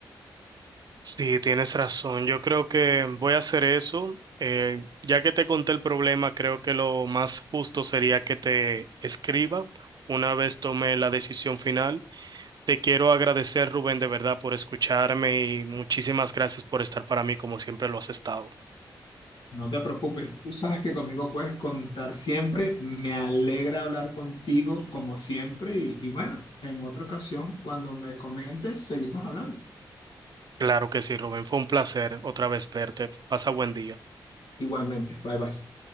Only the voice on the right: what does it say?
Sí, tienes razón. Yo creo que voy a hacer eso. Eh, ya que te conté el problema, creo que lo más justo sería que te escriba una vez tome la decisión final. Te quiero agradecer, Rubén, de verdad, por escucharme y muchísimas gracias por estar para mí como siempre lo has estado.
Claro que sí, Rubén. Fue un placer otra vez verte. Pasa buen día.